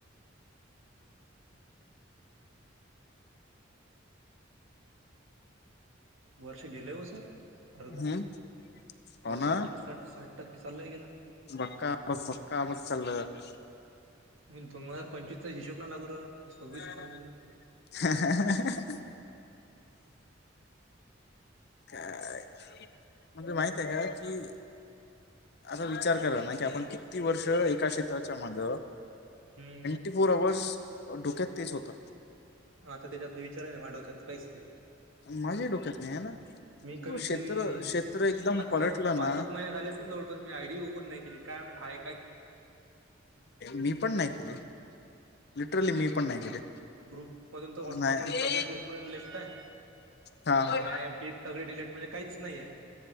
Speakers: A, on the right; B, on the left.
A: वर्ष गेलंय व सर अर्ध
B: हम्म हो
A: वर्ष
B: ना
A: म्हटलं साठ साठ टक्के चालल्याही गेल.
B: बक्का ब बक्का बक चालय आप
A: मी दोन हजार पंचवीसचा हिशोब ना लागू राहिला.
B: <inaudible>
A: चालला गेला.
B: अहं अहं. काय म्हणजे माहित आहे का की असा विचार करा ना की आपण किती वर्ष एका क्षेत्राच्या माग
A: हं.
B: ती <unintelligible> डोक्यात तेच होत.
A: हा तर त्याच्यातले विचार आहे नाही मा डोक्यात तर काहीच नाहीय.
B: माझ्या डोक्यात नाही आहे ना.
A: मी
B: तो
A: कमीत
B: क्षेत्र
A: कमी
B: क्षेत्र एकदम
A: पाच
B: पलटलं
A: पाचक
B: ना
A: महिने झाले जवळपास मी आयडी ओपन नाही केली काय माहि
B: मी पण नाही केले लिटरली मी पण नाही केले.
A: ग्रुप मधून तर व्हॉट्सअप
B: नाही
A: मधून सगळ्याच ग्रुप मधून लेफ्ट आहे
B: हा हा.
A: आणि ऍप गिप सगळी डिलीट म्हणजे काहीच नाही आहे.